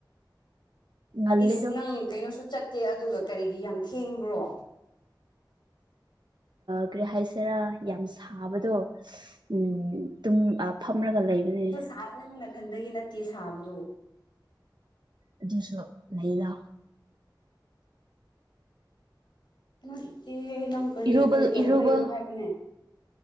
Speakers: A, on the right; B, on the left.
A: ꯉꯜꯂꯤꯗꯣ
B: ꯏꯁ ꯅꯪ ꯀꯩꯅꯣꯁꯨ ꯆꯠꯇꯦ ꯑꯗꯨꯒ ꯀꯔꯤꯒꯤ ꯌꯥꯝ ꯊꯦꯡꯕ꯭ꯔꯣ
A: ꯀꯔꯤ ꯍꯥꯏꯁꯦꯔꯥ ꯌꯥꯝ ꯁꯥꯕꯗꯣ ꯎꯝ ꯇꯨꯡ ꯐꯝꯂꯒ ꯂꯩꯕꯅꯤ
B: <unintelligible> ꯃꯊꯟꯗꯒꯤ ꯅꯠꯇꯦ ꯁꯥꯕꯗꯣ
A: ꯑꯗꯨꯨꯁꯨ ꯂꯩꯩꯂ
B: ꯅꯗꯤ ꯅꯪ ꯀꯔꯤ
A: ꯏꯔꯨꯕ
B: ꯀꯔꯤ ꯇꯧꯔ
A: ꯏꯔꯨꯕ
B: ꯂꯩꯕ꯭ꯔꯣ ꯍꯥꯏꯕꯅꯦ